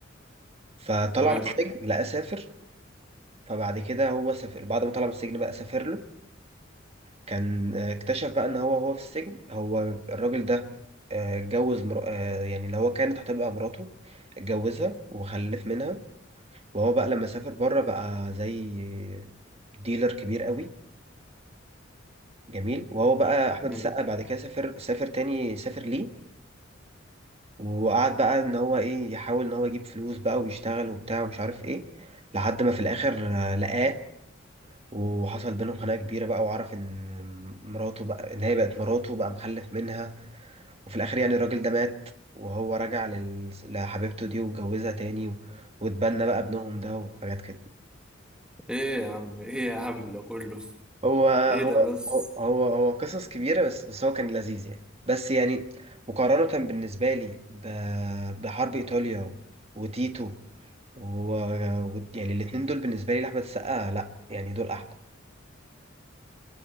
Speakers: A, on the right; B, in the centre.
A: فطلع
B: تمام
A: من السجن لقى سافر فبعد كده هو سافر بعد ما طلع من السجن بقى سافر له كان آه، اكتشف بقى إن هو هو في السجن هو الراجل ده آه، اتجوز مر... آه، يعني اللي هو كانت هتبقى مراته اتجوزها وخلف منها وهو بقى لما سافر بره بقى زي ديلر كبير قوي جميل وهو بقى احمد
B: مم.
A: السقا بعد كده سافر سافر تاني سافر ليه وقعد بقى ان هو ايه يحاول ان هو يجيب فلوس بقى ويشتغل وبتاع ومش عارف ايه لحد ما في الاخر آه، لقاه وحصل بينهم خناقه كبيره بقى وعرف ان مراته بقى ان هي بقت مراته بقى مخلف منها وفي الاخر يعني الراجل ده مات وهو رجع لل... لحبيبته دي واتجوزها تاني و... واتبنى بقى ابنهم ده وحاجات كده
B: ايه يا عم ايه يا عم ده كله <laughs>
A: هو هو
B: ايه ده بس
A: هو هو هو قصص كبيرة بس بس هو كان لذيذ يعني بس يعني مقارنة بالنسبة لي ب- بحرب إيطاليا وتيتو و و- يعني الاتنين دول بالنسبة لي لأحمد السقا لأ يعني دول أحلى